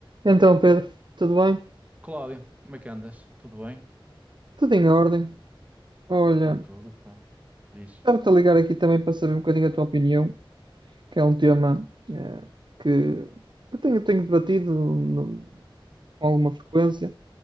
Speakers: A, on the right; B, on the right.
A: Então, Pedro, tudo bem?
B: Cláudio, como é que andas? Tudo bem?
A: Tudo em ordem. Olha,
B: Está tudo, pá. Diz,
A: estava-te a ligar aqui também para saber um bocadinho a tua opinião que é um tema eh, que, que tenho, tenho debatido no- com alguma frequência,